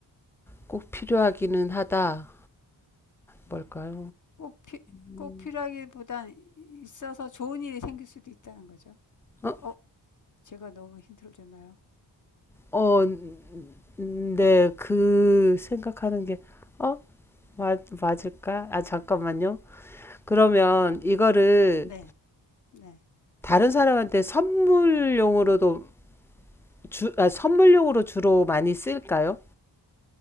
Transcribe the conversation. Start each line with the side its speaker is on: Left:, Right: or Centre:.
Centre: 꼭 필요하기는 하다. 뭘까요?
Left: 꼭, 피,
Centre: 음,
Left: 꼭 필요하기보단 있어서 좋은 일이 생길 수도 있다는 거죠.
Centre: 어,
Left: 어, 제가 너무 힌트를 줬나요?
Centre: 어, 네, 그 생각하는 게, 어, 맞, 맞을까? 아, 잠깐만요. 그러면 이거를
Left: 네, 네.
Centre: 다른 사람한테 선물용으로도 주, 아, 선물용으로 주로 많이 쓸까요?